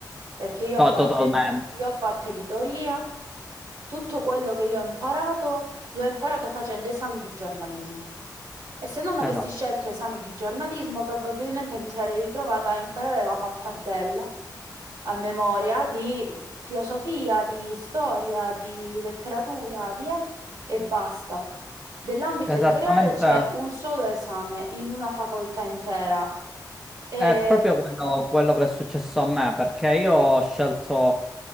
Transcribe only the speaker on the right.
perché io ho
fatto,
io ho fatto editoria, tutto quello che io ho imparato l'ho imparato facendo esami di giornalismo. E se non avessi
scelto esami di giornalismo, probabilmente mi sarei ritrovata a imparare la pappardella a memoria di filosofia, di storia, di letteratura, di e, e basta. Dell'ambito editoriale
c'è un solo esame in una facoltà intera e